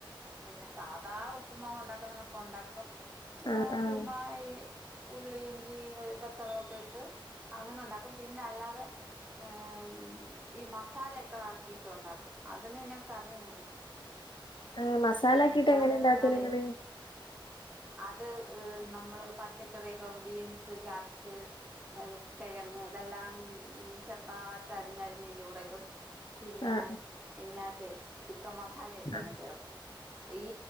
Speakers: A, on the right; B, on the left.
A: പിന്നെ സാധാ ഉപ്പ്മാവ് ഉണ്ടാക്കുന്ന ഉണ്ടാക്കും
B: ആഹ് ആഹ്
A: ചുമ്മാ ഈ ഉള്ളി ഇഞ്ചി വെ പച്ചളമൊക്കെ ഇട്ട് അങ്ങനെ ഉണ്ടാക്കും പിന്നെ അല്ലാതെ ഉം ഈ മസാലയൊക്കെ ആക്കിട്ടുണ്ടാക്കും അതിന് പിന്ന കറിയന്ന വേണ്ട
B: ആ മസാലക്കിയിട്ട്
A: മസാലയെന്ന്
B: എങ്ങനെ ഉണ്ടാക്കല്ങ്ങള്
A: പറഞ്ഞാലേ അത് നമ്മള് പച്ചക്കറിയോക്ക ബീൻസ് കാരറ്റ് അതൊക്കെ കിഴങ്ങ് ഇതെല്ലാം ചെർ താ രിഞ്ഞരിഞ്ഞ ഇന്റെ കൂടെ ഇടും പിന്നെ
B: ആഹ്
A: ഇതിനകത്തെ ചിക്കൻ മസാലയൊക്കെ
B: ആഹ്
A: അങ്ങ് ചേർക്കും ഈ